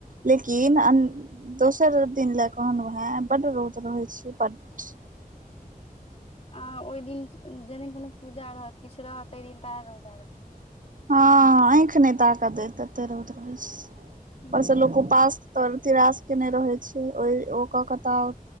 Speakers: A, on the right; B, on the left.
A: लेकिन दोसर दिन ले कहलहु हें बड्ड रौद रहे छी बड्ड।
B: आ ओहि दिन जे दिन कोनो पूजा रहत किछु रहत तेहि दिन आर रौदा रहत।
A: हँ आँखि नहि ताक देेत ततै रौद रहै छै
B: हूँ
A: ओयसे लोक उपास तोर तरास के नहि रहे छै ओ- ओ क के तर